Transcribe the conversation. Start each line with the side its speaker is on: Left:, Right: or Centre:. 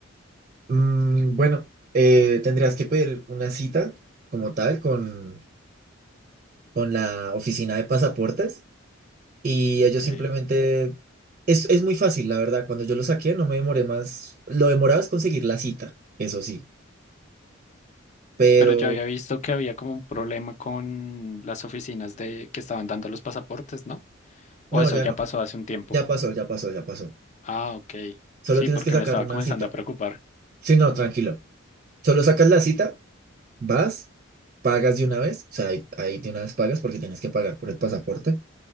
Right: Mm, bueno, eh, tendrías que pedir una cita como tal con, con la oficina de pasaportes y
Left: Ok.
Right: ellos simplemente... Es, es muy fácil, la verdad. Cuando yo lo saqué no me demoré más. Lo demorado es conseguir la cita, eso sí. Pero
Left: Pero yo había visto que había como un problema con las oficinas de que estaban dando los pasaportes, ¿no? O
Right: no,
Left: eso
Right: ya
Left: ya
Right: no.
Left: pasó hace un tiempo.
Right: Ya pasó, ya pasó, ya pasó.
Left: Ah, ok.
Right: Solo
Left: Sí,
Right: tienes
Left: porque
Right: que sacar
Left: me estaba
Right: una
Left: comenzando
Right: cita.
Left: a preocupar.
Right: Sí, no, tranquilo. Solo sacas la cita, vas, pagas de una vez. O sea, ahí, ahí de una vez pagas porque tienes que pagar por el pasaporte.